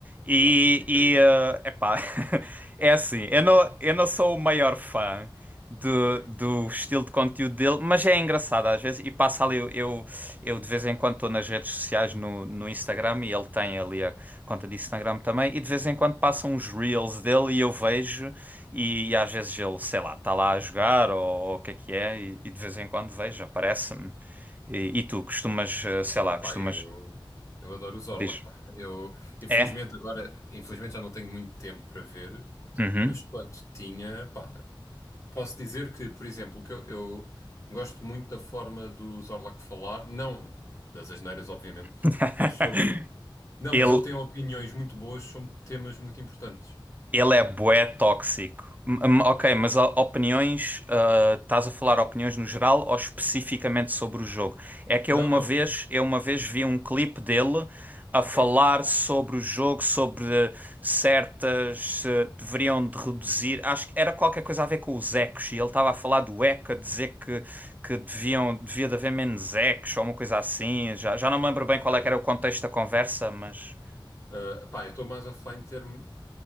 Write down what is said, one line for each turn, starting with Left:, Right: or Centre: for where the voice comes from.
Right: E,
Left: Pá, incrível.
Right: e ah, epá, <laughs> é assim, eu não, eu não sou o maior fã do,
Left: Ok.
Right: do estilo de conteúdo dele, mas é engraçado às vezes. E passa ali, eu, eu, eu de vez em quando estou nas redes sociais no, no Instagram e ele tem ali a conta de Instagram também. E de vez em quando passam uns reels dele e eu vejo. E, e às vezes ele, sei lá, está lá a jogar ou, ou o que é que é. E, e de vez em quando vejo, aparece-me. E, e tu costumas, eh, sei lá,
Left: Opa,
Right: costumas.
Left: eu, eu adoro o Zorlak,
Right: Diz.
Left: pá. Eu, infelizmente,
Right: É?
Left: agora, infelizmente já não tenho muito tempo para ver,
Right: Uhum.
Left: mas quando tinha, pá, Posso dizer que, por exemplo, que eu, eu gosto muito da forma do Zorlak falar, não das asneiras, obviamente,
Right: <laughs>
Left: mas sobre. Não,
Right: Ele.
Left: mas ele tem opiniões muito boas sobre temas muito importantes.
Right: Ele é bué tóxico. M- m- ok, mas o- opiniões, ah, estás a falar opiniões no geral ou especificamente sobre o jogo? É que
Left: Não,
Right: eu uma
Left: não.
Right: vez, eu uma vez vi um clipe dele a falar
Left: Sim.
Right: sobre o jogo, sobre certas, eh, deveriam de reduzir, acho que era qualquer coisa a ver com os ecos, e ele estava a falar do eco, a dizer que, que deviam, devia de haver menos ecos ou uma coisa assim, já, já não me lembro bem qual
Left: ok.
Right: é que era o contexto da conversa, mas
Left: Ah, pá, eu estou mais a falar em termo,